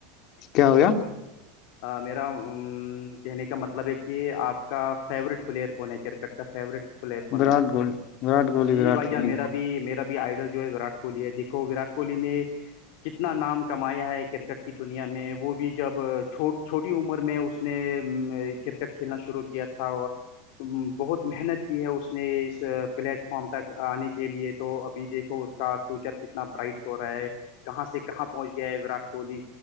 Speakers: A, on the left (about 45°); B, on the left (about 60°).
A: کیا ہویا
B: میرا کہنے کا مطلب ہے کہ آپ کا فیورٹ پلیئر کون ہے کر فورٹ پلیئر کون
A: وراٹ
B: ہے آپ
A: کوہلی
B: کو
A: وراٹ کوہلی
B: جی
A: وراٹ
B: بھائی
A: کوہلی
B: جان میرا بھی میرا بھی آئیڈل جو ہے ووراٹ کوہلی ہے دیکھو ووراٹ کوہلی نے کتنا نام کمایا ہے کرکٹ کی دنیا میں وہ بھی جبھو چھوٹی عمر میں اس نے کرکٹ کھیلنا شروع کیا تھا بہت محنت کی ہے اس نے اس پلیٹ فم تک آنے کی کے لیے تو ابھی دیکھو اس کا فیوچر کتنا برائٹ ہو رہا ہے کہاں سے کہاں پہنچ گیا ہے وراٹ کوہلی